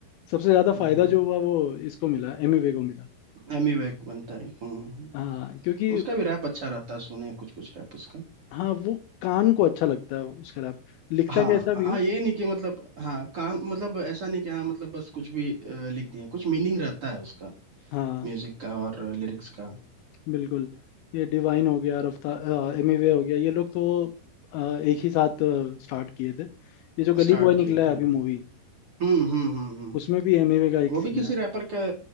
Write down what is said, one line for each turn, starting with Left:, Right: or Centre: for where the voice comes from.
Left: सबसे ज्यादा
Right: हम्म
Left: फायदा
Right: हम्म
Left: जो हुआ वो इसको मिला एमवे को मिला
Right: एमी वैक बनता है हम्म हम्म।
Left: हाँ क्योंकि
Right: उसका भी रैप अच्छा रहता है सुने हैं कुछ कुछ रैप उसका
Left: हाँ वो कान को अच्छा लगता है उसका रैप लिखता
Right: हाँ
Left: कैसा भी
Right: हाँ
Left: हो
Right: ये नहीं कि मतलब हाँ काम मतलब ऐसा नहीं कि हाँ मतलब बस कुछ भी अ, लिख दिए कुछ मीनिंग रहता है उसका
Left: हाँ
Right: म्यूजिक का और लिरिक्स का
Left: बिल्कुल ये डिवाइन हो गया रफ्तार एमिवे हो गया ये लोग तो अ, एक ही साथ स्टार्ट किए थे ये जो गली
Right: स्टार्ट
Left: बॉय निकला
Right: किए थे
Left: है
Right: हाँ।
Left: अभी मूवी
Right: हम्म हम्म हम्म हम्म
Left: उसमें भी एमिवे का एक
Right: वो
Left: सीन
Right: भी किसी
Left: है
Right: रैपर का